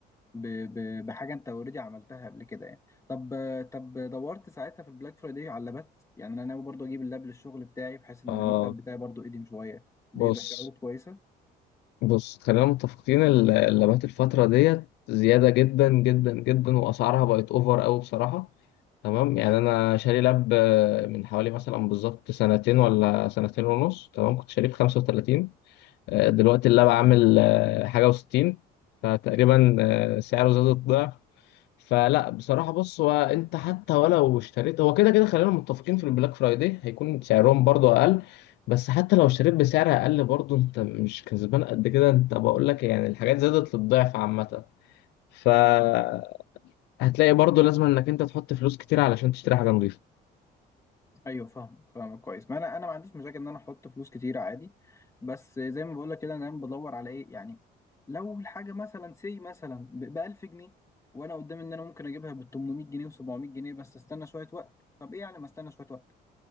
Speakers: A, on the left (about 20°); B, on the left (about 85°).
A: ب... ب... بحاجه انت اوريدي عملتها قبل كده يعني طب طب دورت ساعتها في البلاك فرايداي على لابات يعني انا ناوي برضو اجيب اللاب للشغل بتاعي بحيث ان
B: اه
A: انا اللاب بتاعي برضو قديم شويه بيبقى
B: بص
A: فيه عروض كويسه
B: بص خلينا متفقين ال- اللابات الفتره ديت زياده جدا جدا جدا واسعارها بقت اوفر قوي بصراحه تمام يعني انا شاري لاب آه، من حوالي مثلا بالظبط سنتين ولا سنتين ونص تمام كنت شاريه ب 35 آه، دلوقتي اللاب عامل آه، حاجة وستين فتقريبا آه، سعره زاد الضعف فلا بصراحة بص هو انت حتى ولو اشتريت هو كده كده خلينا متفقين في البلاك فرايداي هيكون سعرهم برضو اقل بس حتى لو اشتريت بسعر اقل برضو انت مش كسبان قد كده انت بقول لك يعني الحاجات زادت للضعف عامة فهتلاقي برضو لازم انك انت تحط فلوس كتير علشان تشتري حاجة نظيفة
A: ايوه فاهمك فاهمك كويس ما انا انا ما عنديش مشاكل ان انا احط فلوس كتير عادي بس زي ما بقول لك كده انا دايما بدور على ايه يعني لو الحاجه مثلا سي مثلا ب 1000 جنيه وانا قدامي ان انا ممكن اجيبها ب 800 جنيه و700 جنيه بس استنى شويه وقت طب ايه يعني ما استنى شويه وقت